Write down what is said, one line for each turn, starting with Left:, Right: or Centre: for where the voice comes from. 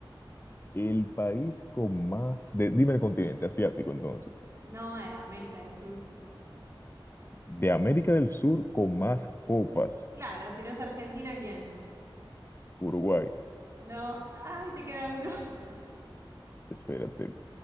Left: El país con más, de- dime el continente asiático entonces.
Right: no es América del Sur.
Left: De América del Sur con más copas,
Right: Claro, si no es Argentina, ¿quién?
Left: Uruguay.
Right: No, ay, te queda uno. <laughs>
Left: Espérate,